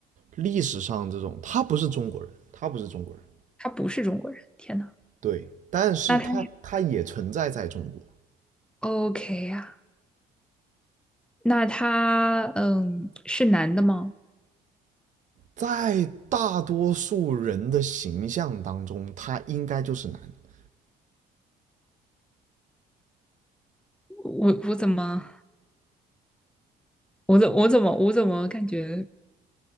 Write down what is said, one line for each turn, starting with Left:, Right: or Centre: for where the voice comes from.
Right: 历史上这种他不是中国人，他不是中国人，
Centre: 他不是中国人，天呐，
Right: 对，但是他他也存在在中国，
Centre: 那他 OK 呀、那他嗯是男的吗？
Right: 在大多数人的形象当中，他应该就是男的，
Centre: 我我怎么我怎我怎么我怎么感觉